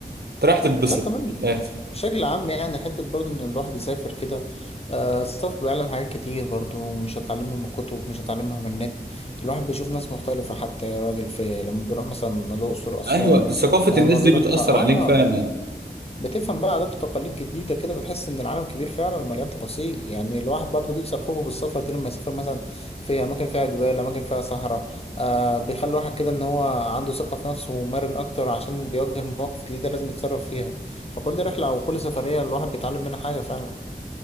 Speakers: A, on the right; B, on the left.
A: انت رايح تتبسط
B: لا كمان
A: من الاخر
B: بشكل عام يعني حتة برضو إن الواحد يسافر كده آه، السفر بيعلم حاجات كتير برضو مش هتعلمها من الكتب مش هتعلمها من النت الواحد بيشوف ناس مختلفة حتى يا راجل في لما بيروح مثلا الأقصر أسوان
A: ايوه ثقافه
B: آه
A: الناس
B: ما بيروح
A: دي بتاثر
B: آه
A: عليك فعلا
B: بتفهم بقى عادات وتقاليد جديدة كده بتحس إن العالم كبير فعلا ومليان تفاصيل يعني الواحد برضه بيكسر خوفه بالسفر دي لما يسافر مثلا في أماكن فيها جبال أماكن فيها صحراء آه بيخلي الواحد كده إن هو عنده ثقة في نفسه ومرن أكتر عشان بيواجه مواقف جديدة لازم يتصرف فيها فكل رحلة أو كل سفرية الواحد بيتعلم منها حاجة فعلا